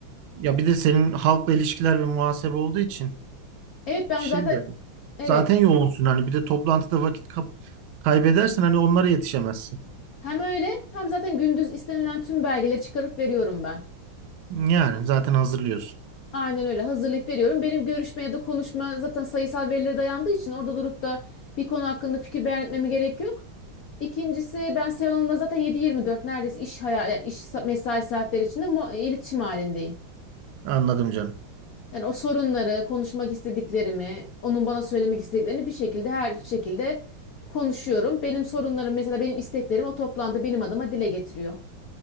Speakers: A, on the right; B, on the left.
A: Ya bir de senin halkla ilişkiler ve muhasebe olduğu için
B: Evet ben
A: şey
B: zaten
A: yani.
B: evet
A: Zaten yoğunsun hani bir de toplantıda vakit kap- kaybedersen hani onlara yetişemezsin.
B: hem öyle hem zaten gündüz istenilen tüm belgeleri çıkarıp veriyorum ben.
A: Yani zaten hazırlıyorsun.
B: Aynen öyle hazırlayıp veriyorum. Benim görüşme ya da konuşma zaten sayısal verilere dayandığı için orada durup da bir konu hakkında fikir beyan etmeme gerek yok. İkincisi ben Seval Hanım'la zaten 7-24 neredeyse iş hayal yani iş sa- mesai saatleri içinde mu- iletişim halindeyim.
A: Anladım canım.
B: Yani o sorunları, konuşmak istediklerimi, onun bana söylemek istediklerini bir şekilde her şekilde konuşuyorum. Benim sorunlarım mesela benim isteklerim o toplantıda benim adıma dile getiriyor.